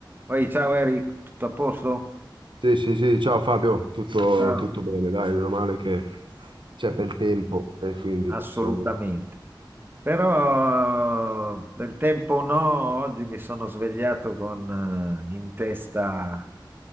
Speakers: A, on the right; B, on the right.
A: Poi, ciao Eric, tutto a posto?
B: Sì, sì, sì, ciao Fabio, tutto,
A: Ciao.
B: tutto bene, dai, meno male che c'è bel tempo e quindi
A: Assolutamente.
B: sono...
A: Però del tempo no, oggi mi sono svegliato con eh, in testa